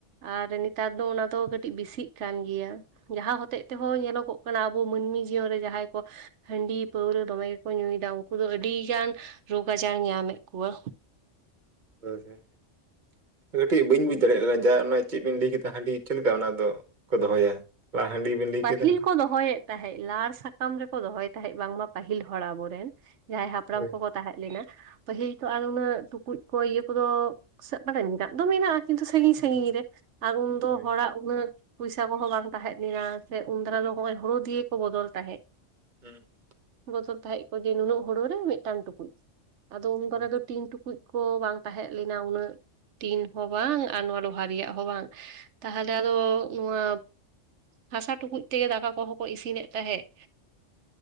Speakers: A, on the right (about 70°); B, on the right (about 40°).
A: ᱟᱨ ᱱᱮᱛᱟᱨ ᱫᱚ ᱚᱱᱟ ᱫᱚ ᱠᱟᱹᱴᱤᱡ ᱵᱤᱥᱤᱜ ᱠᱟᱱ ᱜᱮᱭᱟ ᱡᱟᱦᱟᱸ ᱦᱚᱛᱮᱡ ᱛᱮ ᱦᱚᱸ ᱧᱮᱞᱚᱜᱚᱜ ᱠᱟᱱᱟ ᱟᱵᱚ ᱢᱟᱹᱱᱢᱤ ᱡᱤᱭᱚᱱ ᱨᱮ ᱡᱟᱦᱟᱸᱭ ᱠᱚ ᱦᱟᱺᱰᱤ ᱯᱟᱹᱣᱨᱟᱹ ᱫᱚᱢᱮ ᱜᱮᱠᱚ ᱧᱩᱭᱫᱟ ᱩᱱᱠᱩ ᱫᱚ ᱟᱹᱰᱤᱜᱟᱱ ᱨᱳᱜᱽ ᱟᱡᱟᱨ ᱧᱟᱢᱮᱫ ᱠᱚᱣᱟ
B: ᱦᱳᱭ ᱦᱮᱸ ᱠᱟᱹᱴᱤᱡ ᱵᱟᱹᱧ ᱵᱩᱡᱽ ᱫᱟᱲᱮᱭᱟᱜ ᱠᱟᱱᱟ ᱡᱮ ᱚᱱᱟ ᱪᱮᱫ ᱵᱤᱱ ᱞᱟᱹᱭ ᱠᱮᱫᱟ ᱦᱟᱺᱰᱤ ᱪᱮᱫ ᱞᱮᱠᱟ ᱚᱱᱟ ᱫᱚᱠᱚ ᱫᱚᱦᱚᱭᱟ ᱞᱟᱦᱟ ᱦᱟᱺᱰᱤ ᱵᱤᱱ ᱞᱟᱹᱭ
A: ᱯᱟᱹᱦᱤᱞ
B: ᱠᱮᱫᱟ
A: ᱠᱚ ᱫᱚᱦᱚᱭᱮᱫ ᱛᱟᱦᱮᱸᱫ ᱞᱟᱲ ᱥᱟᱠᱟᱢ ᱨᱮ ᱠᱚ ᱫᱚᱦᱚᱭ ᱛᱟᱦᱮᱸᱫ ᱵᱟᱝᱢᱟ ᱯᱟᱹᱦᱤᱞ ᱦᱚᱲ ᱟᱵᱚ ᱨᱮᱱ ᱡᱟᱦᱟᱸᱭ ᱦᱟᱯᱲᱟᱢ
B: ᱦᱳᱭ
A: ᱠᱚ ᱛᱟᱦᱮᱸ ᱞᱮᱱᱟ ᱯᱟᱹᱦᱤᱞ ᱛᱚ ᱟᱨ ᱩᱱᱟᱹᱜ ᱴᱩᱠᱩᱡ ᱠᱚ ᱤᱭᱟᱹ ᱠᱚᱫᱚᱮᱫ ᱢᱮ ᱢᱮᱱᱟᱜ ᱫᱚ ᱢᱮᱱᱟᱜ-ᱟ ᱠᱤᱱᱛᱩ ᱥᱟᱹᱜᱤᱧ ᱥᱟᱹᱜᱤᱧ
B: ᱦᱳᱭ
A: ᱨᱮ ᱟᱨ ᱩᱱᱫᱚ
B: ᱦᱳᱭ
A: ᱦᱚᱲᱟᱜ ᱩᱱᱟᱹᱜ ᱯᱚᱭᱥᱟ ᱠᱚᱦᱚᱸ ᱵᱟᱝ ᱛᱟᱦᱮᱸ ᱞᱮᱱᱟ ᱥᱮ ᱩᱱᱫᱟᱨᱟ ᱫᱚ ᱦᱚᱜᱚᱭ ᱦᱳᱲᱳ ᱫᱤᱭᱮ ᱠᱚ ᱵᱚᱫᱚᱞ ᱛᱟᱦᱮᱸᱜ
B: <unintelligible>
A: ᱵᱚᱫᱚᱞ ᱛᱟᱦᱮᱸᱜ ᱠᱚ ᱡᱮ ᱱᱩᱱᱟᱹᱜ ᱦᱳᱲᱳ ᱨᱮ ᱢᱤᱫᱴᱟᱝ ᱴᱩᱠᱩᱡ ᱟᱫᱚ ᱩᱱ ᱫᱟᱨᱟ
B: ᱦᱩᱸ
A: ᱫᱚ ᱴᱤᱱᱴᱩᱠᱩᱡ ᱠᱚ ᱵᱟᱝ ᱛᱟᱦᱮᱸ ᱞᱮᱱᱟ ᱩᱱᱟᱹᱜ ᱴᱤᱱ ᱦᱚᱸ ᱵᱟᱝ ᱟᱨ ᱱᱚᱣᱟ ᱞᱳᱦᱟ ᱨᱮᱭᱟᱜ ᱦᱚᱸ ᱵᱟᱝ ᱛᱟᱦᱞᱮ ᱟᱫᱚ ᱱᱚᱣᱟ ᱦᱟᱥᱟ ᱴᱩᱠᱩᱡ ᱛᱮᱜᱮ ᱫᱟᱠᱟ ᱠᱚᱦᱚᱸ ᱠᱚ ᱤᱥᱤᱱᱮᱜ ᱛᱟᱦᱮᱸᱫ